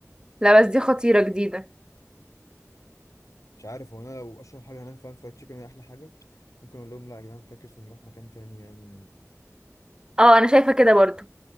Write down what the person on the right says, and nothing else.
لا بس دي خطيرة جديدة
اه انا شايفة كده برضو